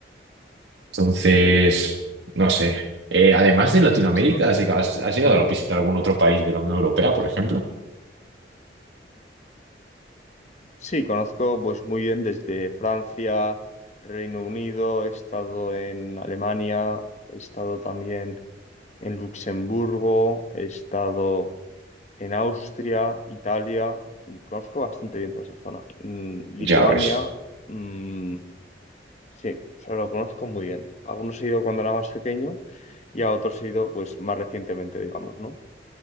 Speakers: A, on the right; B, on the left.
A: Entonces, no sé. Eh, además de
B: Sí,
A: Latinoamérica,
B: sí, sí, sin duda,
A: ¿has llegado, has
B: sin
A: llegado
B: duda.
A: a visitar algún otro país de la Unión Europea, por ejemplo?
B: Sí, conozco pues muy bien desde Francia, Reino Unido, he estado en Alemania, he estado también en Luxemburgo, he estado en Austria, Italia, mm, conozco bastante bien toda esa zona. En Lituania,
A: Ya ves.
B: mm, sí, o sea, lo conozco muy bien. A algunos he ido cuando era más pequeño y a otros he ido pues más recientemente, digamos, ¿no?